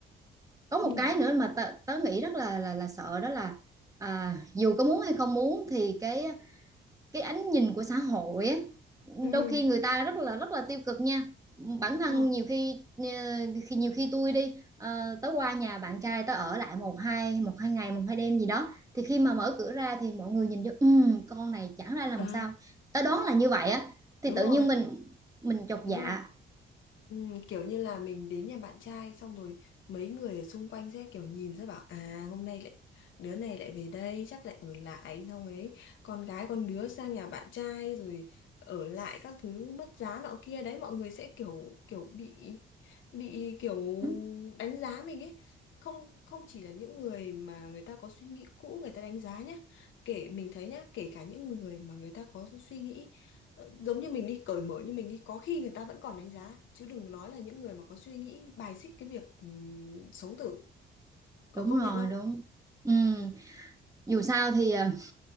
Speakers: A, on the right; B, on the left.
A: có một
B: Như là
A: cái nữa mà tớ, tớ nghĩ rất là là là sợ đó là à, dù có muốn hay không muốn thì cái cái ánh nhìn của xã hội á
B: ừ,
A: đôi khi người ta rất là rất là tiêu cực nha bản
B: đúng
A: thân
B: rồi.
A: nhiều khi ờ, khi nhiều khi tôi đi ờ, tới qua nhà bạn trai tới ở lại một hai một hai ngày một hai đêm gì đó thì khi mà mở cửa ra thì mọi người nhìn vô "Ừm, con này chẳng ra làm
B: Ờ,
A: sao ta đoán là như vậy á thì
B: đúng
A: tự
B: rồi,
A: nhiên mình mình chột
B: đúng
A: dạ
B: rồi. Ừ, kiểu như là mình đến nhà bạn trai xong rồi mấy người ở xung quanh sẽ kiểu nhìn sẽ bảo à hôm nay lại đứa này lại về đây chắc lại ở lại xong ấy con gái con đứa sang nhà bạn trai rồi ở lại các thứ mất giá nọ kia đấy mọi người sẽ kiểu kiểu bị bị kiểu
A: Ừ,
B: đánh giá mình ấy không không chỉ là những người mà người ta có suy nghĩ cũ người ta đánh giá nhá kể mình thấy nhá kể cả những người mà người ta có suy nghĩ giống như mình đi cởi mở như mình đi có khi người ta vẫn còn đánh giá chứ đừng nói là những người mà có suy nghĩ bài xích cái việc ừm, sống tử cậu
A: đúng
B: công
A: rồi
B: nhận không
A: đúng Ừm, dù sao thì ờ,